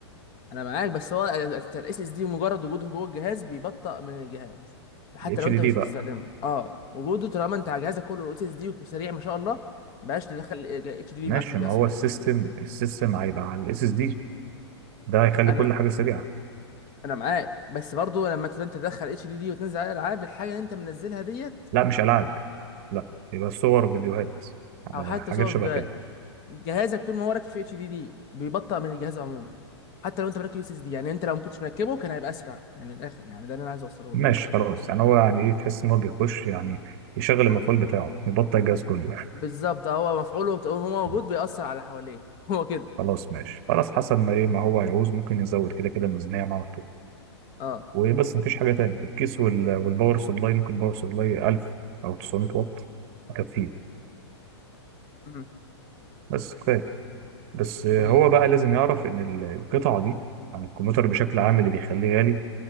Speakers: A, on the left (about 25°); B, on the right (about 30°).
A: انا معاك بس هو الاس اس دي مجرد وجوده جوه الجهاز بيبطئ من الجهاز حتى
B: اتش
A: لو انت
B: دي دي
A: مش
B: بقى
A: بتستخدمه اه وجوده طالما انت على جهازك كله اس اس دي وسريع ما شاء الله بلاش تدخل اتش دي دي
B: ماشي
A: معاك في الجهاز
B: ما هو
A: خالص
B: السيستم السيستم هيبقى على الاس اس دي ده هيخلي
A: انا
B: كل حاجه سريعه
A: انا معاك بس برضو لما تبقى انت تدخل اتش دي دي وتنزل عليها العاب الحاجه اللي انت منزلها ديت
B: لا مش العاب لا يبقى صور فيديوهات
A: او
B: آه،
A: حتى
B: حاجات
A: صور
B: شبه
A: فيديوهات
B: كده
A: جهازك طول ما هو راكب في اتش دي دي بيبطئ من الجهاز عموما حتى لو انت مركب اس اس دي يعني انت لو ما كنتش مركبه كان هيبقى اسرع يعني من الاخر يعني ده اللي انا عايز اوصله
B: ماشي
A: لك
B: خلاص يعني هو يعني ايه تحس ان هو بيخش يعني يشغل المفعول بتاعه يبطل الجهاز كله
A: بالظبط آه، هو مفعوله طول ما هو موجود
B: <laughs>
A: بيأثر على اللي حواليه <laughs> هو كده
B: خلاص ماشي خلاص حسب ما ايه ما هو يعوز ممكن يزود كده كده الميزانيه معاه
A: اه
B: وايه بس مفيش حاجه تانية الكيس وال... والباور سبلاي ممكن باور سبلاي 1000 او 900 واط يكفيه
A: امم
B: بس كفايه بس هو
A: و
B: بقى لازم يعرف ان ال- القطعه دي عن الكمبيوتر بشكل عام اللي بيخليه غالي